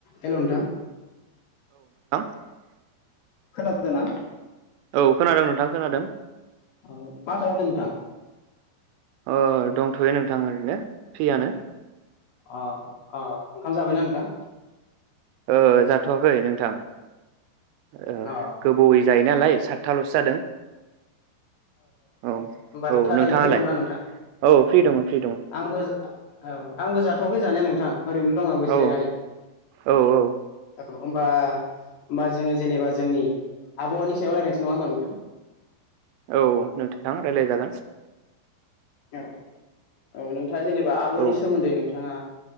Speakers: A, on the left (about 65°); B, on the right (about 80°).
A: हेल नोंथां
B: <unintelligible>
A: खोनादो ना
B: औ खोनादों नोंथां खोनादों
A: औ मा खालामदो नोंथां
B: ओ दंथयो नोंथां ओरैनो फ्रियानो
A: अ अ ओंखाम जाबायना नोंथां
B: ओ जाथवाखै नोंथां ओ
A: अ
B: गोबोवै जायो नालाय सातथालसो जादों औ
A: होमबा
B: औ
A: नोंथाङा
B: नोंथाङालाय
A: दायो फ्रि दंना नोंथां
B: औ फ्रि दङ फ्रि दङ
A: आंबो जा औ आंबो जाथवाखै जानाया नोंथां ओरैनो दं आंबो
B: औ
A: जिरायनानै
B: औ औ
A: औ होमबा होमबा जोङो जेनेबा जोंनि आबहावानि सायाव रायज्लायनोसै नङा होनबा नोंथां
B: औ नोंथां रायलाय जागोन
A: औ औ नोंथाङा जेनेबा आबहानि
B: औ
A: सोमोन्दै नोंथाङा